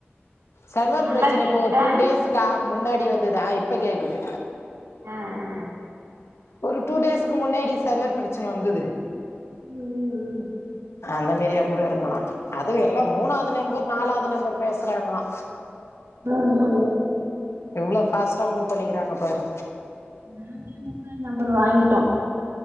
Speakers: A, on the left (about 85°); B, on the right (about 80°).
A: சர்வர்
B: நல்லா
A: ப்ரச்சன
B: கேக்குதா
A: இப்போ டூ டேஸ் சுத்தா முன்னாடி வந்ததா இப்ப கேக்குது
B: ம் ம்
A: ஒரு டூ டேஸ்க்கு முன்னாடி சர்வர் ப்ரச்சன வந்தது
B: ம் ம்
A: அந்த மாரியா கூட இருக்கலா அதுவு எல்லா மூணாவது நம்பர் நாலாவ்து நம்பர் பேசுறாங்களா
B: ம் ம்
A: எவ்ளோ ஃபாஸ்ட்டா மூவ் பண்ணிக்கறாங்க பாரு
B: நாங்களே மூணா நம்பர் வாங்கிட்டோ